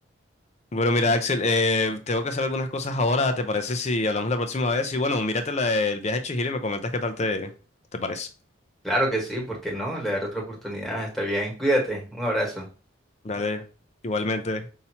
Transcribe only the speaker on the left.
Bueno, mira, Axel, eh, tengo que hacer algunas cosas ahora. ¿Te parece si hablamos la próxima vez? Y bueno, mírate la del viaje de Chihiro y me comentas qué tal te, te parece.
Dale, igualmente.